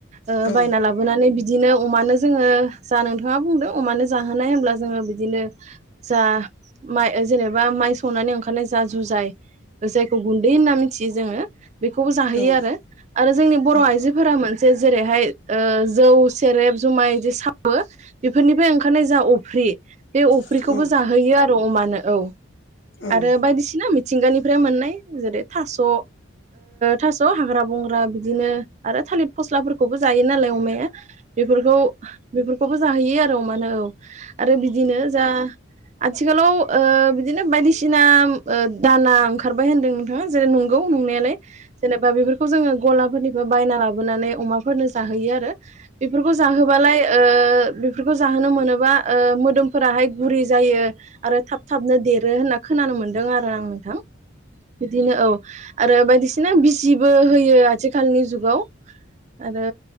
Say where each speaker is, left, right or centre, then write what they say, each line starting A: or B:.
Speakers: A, on the right; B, on the left.
A: ओ
B: औ
A: बायना लाबोनानै बिदिनो अमानो जोङो जा नोंथांआ बुंदों अमानो जाहोनाय होनब्ला जोङो बिदिनो जा माइ जेनोबा माइ संनानै ओंखारनाय जा जुजाय जायखौ गुन्दै होनना मिथियो जोङो बेखौबो जाहोयो
B: औ
A: आरो आरो जोंनि बर'
B: औ
A: आइजोफोरा मोनसे जेरैहाय ओ जौ सेरेब जुमाय जे सावो बेफोरनिफ्राय ओंखारनाय जा अफ्रि बे अफ्रिखौबो
B: औ औ
A: जाहोयो आरो अमानो औ
B: औ
A: आरो
B: औ
A: बायदिसिना मिथिंगानिफ्राय मोननाय जेरै थास' ओ थास' हाग्रा बंग्रा बिदिनो आरो थालिर फस्लाफोरखौ बो जायो नालाय अमाया बेफोरखौ बेफोरखौबो जाहोयो आरो अमानो औ आरो बिदिनो जा आथिखालाव ओ बिदिनो बायदिसिना दाना ओंखारबाय होनदों नोंथाङा जेरै नंगौ नंनायाल जेनेबा बेफोरखौ जोङो गलाफोरनिफ्राय बायना लाबोनानै अमा फोरनो जाहोयो आरो बेफोरखौ जाहोबालाय ओ बेफोरखौ जाहोनो मोनोबा मोदोम फोराहाय गुरि जायो आरो थाब थाबनो देरो होनना खोनानो मोन्दों आरो आं नोंथां बिदिनो औ आरो बायदिसिना बिजिबो होयो आथिखालनि जुगाव आरो